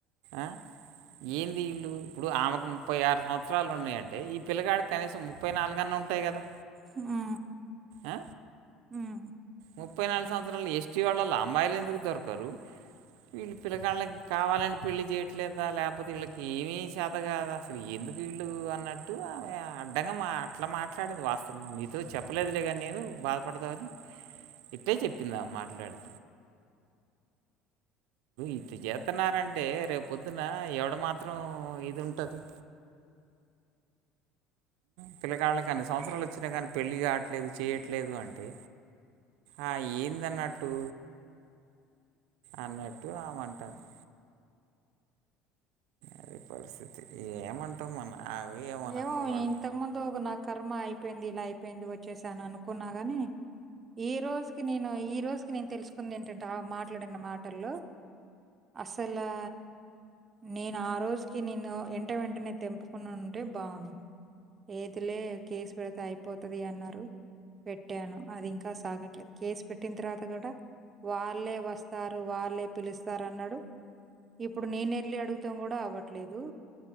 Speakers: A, on the right; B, on the right.
A: ఆ ఏంది ఈళ్ళు ఇప్పుడు ఆమెకు ముప్పై ఆరు సంవత్సరాలున్నాయంటే ఈ పిల్లగాడికి కనీసం ముప్పై నాలుగన్న ఉంటాయి కదా
B: హ
A: ఆ
B: మ్
A: ముప్పై నాలుగు సంవత్సరాలు ఎస్టి వాళ్ళలో అమ్మాయిలు ఎందుకు దొరుకరు వీళ్ళు పిల్లగాళ్ళకి కావాలని పెళ్లిి చేయట్లేదా లేకపోతే వీళ్ళకి ఏమి శాత కాద అసలు ఏ ందుకు వీళ్లు అన్నట్టు ఆమె అడ్డంగ మాట్లు మా కాని ఇది వాస్తవం నీతో చెప్పలేదులే గాని నేను బాధ పాడుతావని ఇట్టే చెప్పింది ఆమె మాట్లాడు ఇట్ల చేత్తున్నారంటే రేపు పొద్దున ఎవడు మాత్రం ఇది ఉంటది పిల్లకాళ్ళకి అన్ని సంవత్సరాలు వొచ్చినా గాని పెళ్ళి గాట్లేదు చేయట్లేదు అంటే ఆ ఏందన్నట్టు అన్నట్టు ఆమె అంటాంది అది పరిస్థితి ఏమంటాం మన అవి ఏమోనమ్మ
B: ఏమో
A: వాళ్ళ
B: ఇంతకు ముందు గ నా కర్మ అయిపోయింది ఇలా అయిపోయింది వ చేసాను అనుకున్నా గాని ఈ రోజుకి నేను ఈ రోజుకి నేను తెలుసుకుంది ఏంటంటే ఆ మాట్ ట్లాడిన మాటల్లో అసలా నేను ఆ రోజుకి నిన్ను ఎంట వెంటనే తెంపు కూనుంటే ఉంటే బాగుంది ఏదిలే కేసు విడత అయిపోతది అన్నారు పెట్టాను అది ఇంకా సాగట్లేదు కేసు పెట్టిన తర్వాత గుడా వాళ్లే వస్తారు వాళ్లే పిలుస్తారు అన్నాడు ఇప్పుడు నేనెళ్ళి అడుగుతాం కూడా అవ్వట్లేదు